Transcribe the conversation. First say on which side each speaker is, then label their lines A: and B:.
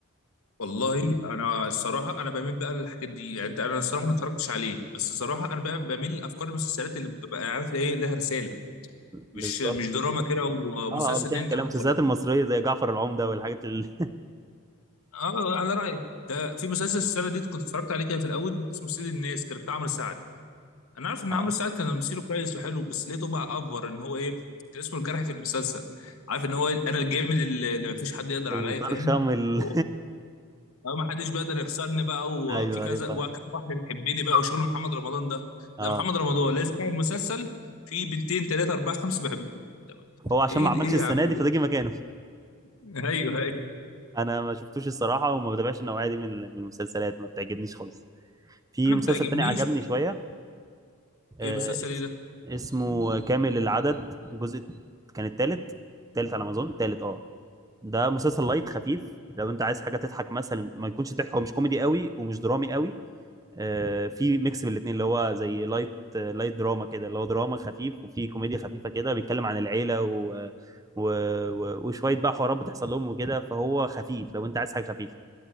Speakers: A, on the left; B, on the right.
A: والله انا الصراحه انا بميل بقى للحاجات دي يعني انت انا الصراحه ما اتفرجتش عليه بس الصراحه انا بقى بميل لافكار المسلسلات اللي بتبقى يعني عارف ايه لها رساله مش
B: بالظبط
A: مش دراما كده ومسلسل
B: اه آه، مش
A: ننجح
B: اي كلام المسلسلات
A: وخلاص
B: المصريه زي جعفر العمده والحاجات ال...
A: اه على رايك ده في مسلسل السنه دي كنت اتفرجت عليه كده في الاول اسمه سيد الناس كان بتاع عمرو سعد انا عارف ان
B: آه،
A: عمرو سعد كان تمثيله كويس وحلو بس لقيته بقى افور ان هو ايه كان اسمه الجرح في المسلسل عارف ان هو انا الجامد اللي اللي مفيش حد يقدر
B: المطرشم
A: عليا فاهم
B: ال...
A: و- اه ما حدش بيقدر يكسرني بقى
B: <laughs>
A: وفي
B: ايوه
A: كذا
B: ايوه فاهم
A: وكم واحده بتحبني بقى وشغل محمد رمضان ده
B: اه
A: زي محمد رمضان لازم يعمل مسلسل في بنتين ثلاثه اربعه خمسه بحبوه
B: هو عشان
A: ايه
B: ما عملش
A: ايه
B: السنه
A: يا عم ده
B: دي فده جه مكانه
A: <laughs> ايوه ايوه
B: انا ما شفتوش الصراحه وما بتابعش النوعيه دي من من المسلسلات ما بتعجبنيش خالص في
A: انا
B: مسلسل
A: ما بتعجبنيش
B: تاني عجبني شويه آه
A: ايه مسلسل
B: اس...
A: ايه ده
B: اسمه كامل العدد الجزء كان التالت التالت على ما اظن التالت اه ده مسلسل لايت خفيف لو انت عايز حاجه تضحك مثلا ما يكونش ضحك هو مش كوميدي قوي ومش درامي قوي آه، في ميكس بين الاثنين اللي هو زي لايت لايت دراما كده اللي هو دراما خفيف وفي كوميديا خفيفه كده بيتكلم عن العيله و... آه، و... و... وشويه بقى حوارات بتحصل لهم وكده فهو خفيف لو انت عايز حاجه خفيفه